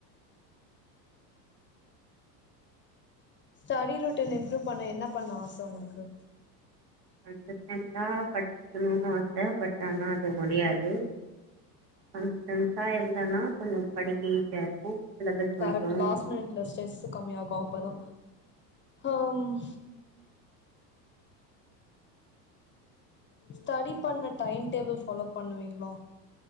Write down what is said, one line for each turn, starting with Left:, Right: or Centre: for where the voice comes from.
Left: ஸ்டடி ரொட்டின் இம்ப்ரூவ் பண்ண என்ன பண்ண ஆச உங்களுக்கு
Right: <unintelligible> படிக்கணும்னு ஆசை பட் ஆனா அது முடியாது <unintelligible> இருந்தன்னா கொஞ்ச படிக்க ஈஸியா இருக்கும் சிலபஸ் முடிக்கவும்
Left: கரெக்ட் லாஸ்ட் மினிட்ல ஸ்ட்ரெஸ் கம்மியாகும் அப்பதா அ ம் ஸ்டடி பண்ண டைம் டேபிள் ஃபாலோ பண்ணுவீங்ளா